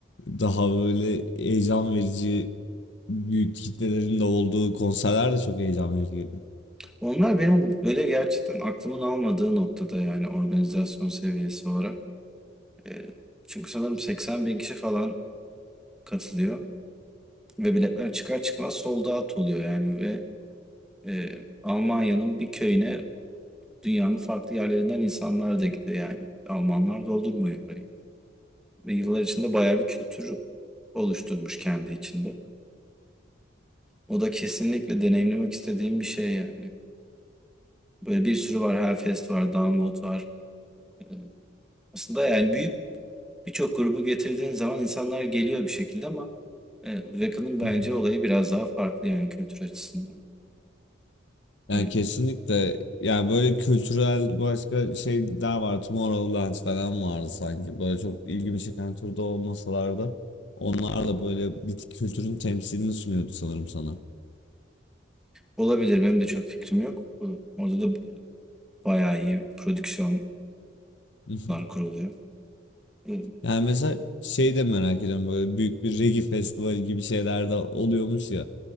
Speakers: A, on the left; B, in the centre.
A: Daha böyle heyecan verici büyük kitlelerin de olduğu konserler de çok heyecan verici geliyor.
B: Onlar benim böyle gerçekten aklımın almadığı noktada yani organizasyon seviyesi olarak. Eee, çünkü sanırım 80 bin kişi falan katılıyor. Ve biletler çıkar çıkmaz sold out oluyor yani ve e, Almanya'nın bir köyüne dünyanın farklı yerlerinden insanlar da gidiyor yani. Almanlar doldurmuyor orayı. Ve yıllar içinde bayağı bir kültür oluşturmuş kendi içinde. O da kesinlikle deneyimlemek istediğim bir şey yani. Böyle bir sürü var. Hellfest var, Download var. E, Aslında yani büyük birçok grubu getirdiğin zaman insanlar geliyor bir şekilde ama e, Wacka'nın bence
A: <laughs>
B: olayı biraz daha farklı yani kültür açısından.
A: Yani
B: E,
A: kesinlikle yani böyle kültürel başka şeyler var. Tomorrowland falan vardı sanki. Böyle çok ilgimi çeken türde olmasalar da onlar da böyle bir kültürün temsilini sunuyordu sanırım sana.
B: Olabilir. Benim de çok fikrim yok. Bu- Orada da bayağı iyi prodüksiyonlar
A: <laughs>
B: kuruluyor. Ee,
A: Yani mesela şey de merak ediyorum böyle büyük bir reggae festivali gibi şeyler de oluyormuş ya.